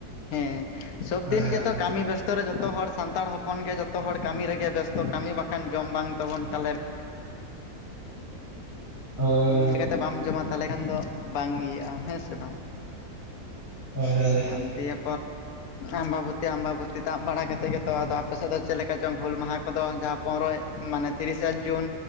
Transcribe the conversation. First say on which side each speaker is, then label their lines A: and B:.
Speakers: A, on the left (about 65°); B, on the right (about 40°).
A: ᱦᱮᱸ ᱥᱚᱵᱫᱤᱱ
B: ᱦᱳᱭ
A: ᱜᱮᱛᱚ ᱠᱟᱹᱢᱤ ᱵᱮᱥᱛᱚ ᱚᱠᱛᱚ ᱨᱮ ᱡᱚᱛᱚ ᱦᱚᱲ ᱥᱟᱱᱛᱟᱲ ᱦᱚᱯᱚᱱ ᱜᱮ ᱡᱚᱛᱚ ᱦᱚᱲ ᱠᱟᱹᱢᱤ ᱨᱮᱜᱮ ᱵᱮᱥᱛᱚ ᱠᱟᱹᱢᱤ ᱵᱟᱠᱷᱟᱱ ᱡᱚᱢ ᱵᱟᱝ ᱛᱟᱵᱚᱱ ᱛᱟᱞᱮ।
B: ᱦᱳᱭ
A: ᱞᱮᱠᱟᱛᱮ ᱵᱟᱢ ᱡᱚᱢᱟ ᱛᱟᱦᱚᱞᱮ ᱠᱷᱟᱱ ᱫᱚ ᱵᱟᱝ ᱤᱭᱟᱹᱜᱼᱟ ᱦᱮᱸ ᱥᱮ ᱵᱟᱝ
B: ᱦᱳᱭ ᱦᱳᱭ ᱦᱳᱭ
A: ᱟᱨ ᱫᱤᱭᱮ ᱯᱚᱨ ᱟᱢᱵᱟᱵᱚᱛᱤ ᱟᱢᱵᱟᱵᱩᱛᱤ ᱯᱟᱨᱚᱢ ᱵᱟᱲᱟ ᱠᱟᱛᱮᱜ ᱜᱮᱛᱚ ᱟᱫᱚ ᱟᱯᱮ ᱥᱮᱫ ᱫᱚ ᱪᱮᱫ ᱠᱚ ᱪᱚᱝ ᱦᱩᱞ ᱢᱟᱦᱟ ᱠᱚᱫᱚ ᱡᱟᱦᱟᱸ ᱯᱚᱱᱮᱨᱚᱭ ᱢᱟᱱᱮ ᱛᱤᱨᱤᱥᱟ ᱡᱩᱱ